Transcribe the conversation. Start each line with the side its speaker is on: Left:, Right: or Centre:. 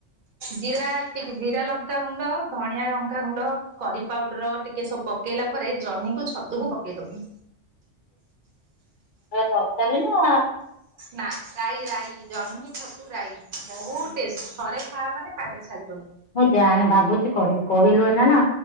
Right: ଜିରା ଟିକେ ଜିରା ଲଙ୍କାଗୁଣ୍ଡ, ଧଣିଆ ଲଙ୍କାଗୁଣ୍ଡ, କରି ପାଉଡର, ଟିକେ ସବୁ ପକେଇଲା ପରେ ଜହ୍ନିକୁ, ଛତୁକୁ ପକେଇଦୋବୁ।
Left: ଏ ତରକାରୀ ନା
Right: ନା ରାଇ ରାଇ ଜହ୍ନି, ଛତୁ ରାଇ ବୋହୁତ ଟେଷ୍ଟ୍ ଥରେ ଖାଇବୁ ମାନେ ପାଟିରୁ ଛଡିବନି।
Left: ମୁଁ ଜାଣେ ଭାବୁଛି କରିବି କହିଲୁ ଏନା ନା